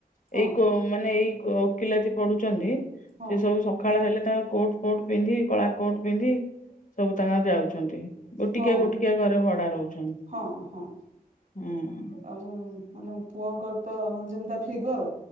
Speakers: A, on the right; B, on the left.
A: ହଁ
B: ଏଇ କୋ ମାନେ ଏଇ କ ଓକିଲାତି ପଢୁଚନ୍ତି
A: ହଁ
B: ସେ ସବୁ ସ ଖାଳ ହେଲେ ତାଙ୍କର କୋଟ୍ କୋଟ୍ ପିନ୍ଧି କଳା କୋଟ୍ ପିନ୍ଧି ସବୁ ତାଙ୍କର ଯାଉଛନ୍ତି। ଗୋଟିକିଆ
A: ହଁ
B: ଗୋଟିକିଆ ଘରେ ବଡା ରହୁଚନ୍ତି।
A: ହଁ ହଁ।
B: ହୁଁ।
A: ଆଉ ମାନେ ପୁଅଙ୍କର ତ ମାନେ ଯେମିତିଆ ଫିଗର